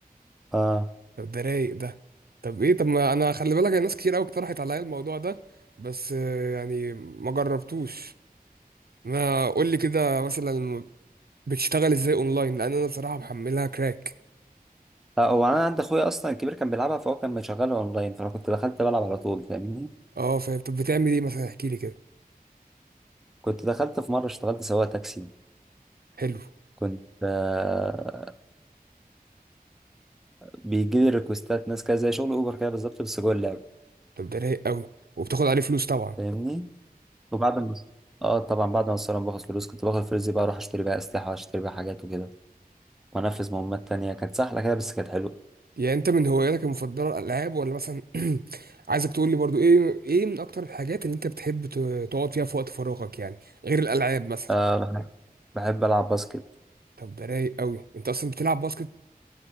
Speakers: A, in the centre; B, on the right.
A: اه
B: طب ده رايق ده طب ايه طب ما انا خلي بالك أنا ناس كتير قوي اقترحت عليا الموضوع ده بس آه، يعني ما جربتوش ما قول لي كده مثلا بتشتغل ازاي اونلاين لان انا بصراحه محملها كراك
A: لا هو انا عند اخويا اصلا الكبير كان بيلعبها فهو كان مشغلها اونلاين فانا كنت دخلت بلعب على طول فاهمني
B: اه فاهم طب بتعمل ايه مثلا احكي لي كده
A: كنت دخلت في مرة اشتغلت سواق تاكسي
B: حلو
A: كنت آه بيجي لي ريكوستات ناس كده زي شغل اوبر كده بالظبط بس جوه اللعبة
B: طب ده رايق قوي وبتاخد عليه فلوس طبعا
A: فاهمني وبعد ما اه طبعا بعد ما الصراحة باخد فلوس كنت باخد الفلوس دي بقى اروح اشتري بقى اسلحة واشتري بقى حاجات وكده وانفذ مهمات تانية كانت سهلة كده بس كانت حلوة
B: يعني انت من هواياتك المفضله الالعاب ولا مثلا <clears throat> عايزك تقول لي برضو ايه ايه من اكتر الحاجات اللي انت بتحب ت- تقعد فيها في وقت فراغك يعني غير الالعاب مثلا
A: آه بحب, بحب العب باسكت
B: طب ده رايق قوي انت اصلا بتلعب باسكت